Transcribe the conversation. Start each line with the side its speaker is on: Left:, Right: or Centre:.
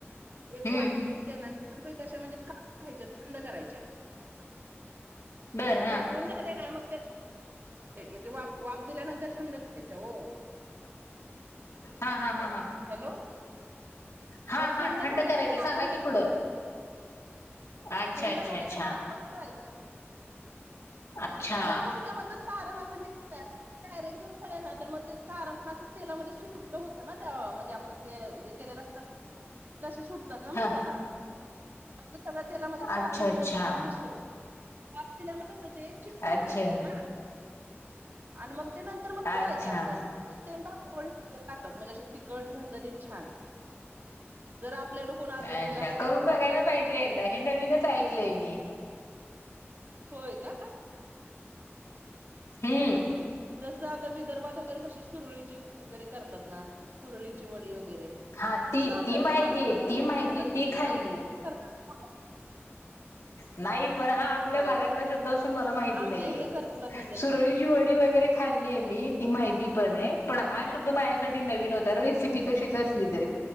Right: एक
Left: हम्म
Right: वाफ देयची त्यांना म्हणजे घ्यायच्या थंड करायच्या
Left: बर हा
Right: उकडून झाले ना मग त्या म्हणजे वाफ वाफ दिल्यानंतर थंड करायच हो.
Left: हा हा हा हा.
Right: हॅलो
Left: हा
Right: मग
Left: हा
Right: झाल्यानंतर
Left: थंड करायच
Right: आपण
Left: सांगायचे
Right: त्यात
Left: पुढं.
Right: तळायच्या
Left: अच्छा
Right: थंड
Left: अच्छा
Right: झाल्यानंतर
Left: अच्छा.
Right: आपण तळायच्या
Left: अच्छा
Right: मग म्हणजे कसं त्यामधलं सारण असं निघत. डायरेक्ट जर तळले ना तर मग ते सारण अस तेलामध्ये सुट्ट होत ना त्या म्हणजे आपण ते हे केलेलं. सुटतात ना मग
Left: हा
Right: त्याला सगळ्या तेलामध्ये सारण
Left: अच्छा
Right: हे
Left: अच्छा
Right: होतं ना मिक्स होत दिल्या मग कसं ते चिटकून
Left: अच्छा.
Right: राहतं ना आणि मग ते नंतर मग
Left: अच्छा
Right: तळायचे आपण मग सेम म्हणजे आशा तिखट झणझणीत छान जर आपल्याकडं कोण आजारी
Left: अच्छा
Right: वगैरे असल.
Left: करून बघायला पाहिजे एकदा हे नवीनच ऐकलंय मी
Right: होय का?
Left: हम्म
Right: जसं आता विदर्भात वगैरे कशी सुरळीची व वगैरे करतात ना सुरळीची वडी वगैरे ते
Left: हा ती
Right: तसंच आपल्याकडे
Left: ती माहितीय
Right: लाटेवडी वगैरे
Left: ती माहितीय
Right: करतात
Left: ती
Right: की
Left: खाल्ली
Right: आमच्याकडे
Left: नाही पण हा आपल्या
Right: होय
Left: भागातला
Right: का
Left: शब्द असून मला माहिती
Right: आमच्या
Left: नाहीेये.
Right: इकडे करतात म्हणजे असे
Left: सुरळीची वडी वगैरे खाल्ली आहे मी ती माहिती पण आहे पण हा शब्द माझ्यासाठी नवीन होता रेसिपी तशीच असली तरी